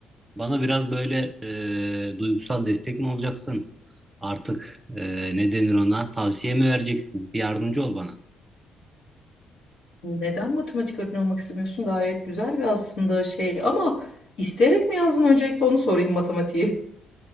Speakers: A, on the right; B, on the left.
A: Bana biraz böyle e, duygusal destek mi olacaksın? Artık e, ne denir ona? Tavsiye mi vereceksin? Bir yardımcı ol bana.
B: Neden matematik öğretmeni olmak istemiyorsun? Gayet güzel bir aslında şey ama isteyerek mi yazdın? Öncelikle onu sorayım matematiği.